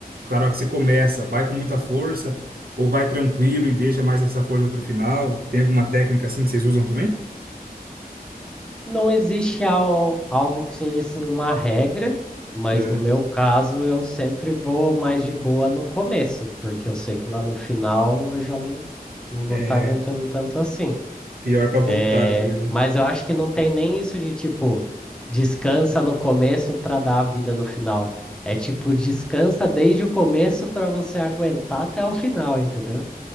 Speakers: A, on the right; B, in the centre.
A: na hora que você começa, vai com muita força, ou vai tranquilo e deixa mais essa força pro final? Tem alguma técnica assim que vocês usam também?
B: Não existe al- algo que seja assim uma regra, mas
A: É,
B: no meu caso eu sempre vou mais de boa no começo, porque eu sei que lá no final eu já não, não vou
A: é
B: estar aguentando tanto assim.
A: pior pra voltar
B: É,
A: depois,
B: mas eu acho que não tem nem isso de tipo, descansa no começo para dar a vida no final. É tipo, descansa desde o começo para você aguentar até o final, entendeu?